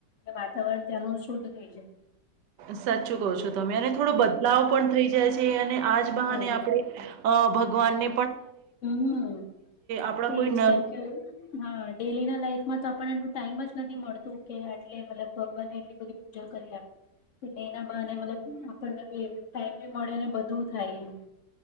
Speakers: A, on the left; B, on the right.
A: ર વાતાવરણ ત્યાંનું શુદ્ધ થઈ જાય
B: સાચું કહો છો તમે અને થોડો બદલાવ પણ થઈ જાય છે તે એ અને આજ બહાને
A: હા
B: આપણે ભ ભગવાને
A: હમ
B: આપણા
A: એજકય
B: કોઈ ન
A: હા ડેલી ના લઈકે, માં તો આપણને એટલું ટાઈમ જ નથી મળતું કે આટલે મતલબ ભગવાનને એટલી બધી પૂજા કરી આપે એટલે એના બહાને મતલબ આપણનેી ટાઈમ બી મળે ને બધું થાય એમ